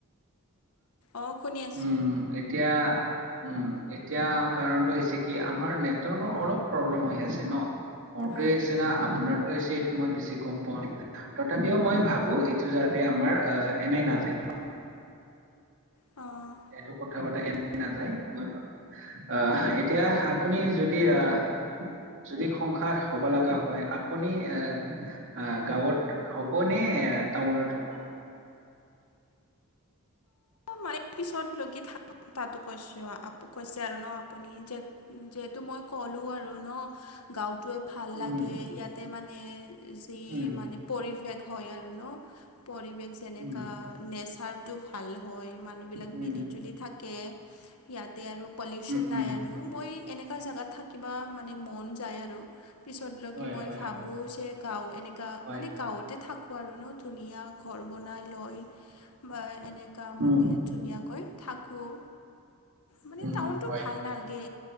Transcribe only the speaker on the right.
উম এতিয়া, উম এতিয়া কাৰণটো হৈছে কি আমাৰ নেটৰ- অলপ প্ৰব্লেম হৈ আছে ন, মোৰ তে
হৈছে না, আপোনাৰটোৱে হৈছে- টো মই বেছি গম পোৱা নাই, তথাপিও মই ভাবো এইটো যাতে আমাৰ অ এনেই নাযায়।
এইটো কথা পাতা এনেই নাযায়, মই ভাবো। আহ এতিয়া আপুনি যদি আহ। যদি সংসাৰ হ'ব লগা হয় আপুনি এ। অ গাঁৱত হ'ব নে টাউনত হ'ব।
উম,
উম,
উম,
উম,
উম,
উম,
হয়,
হয়,
হয়,
হয়,
উম,
উম,
হয়,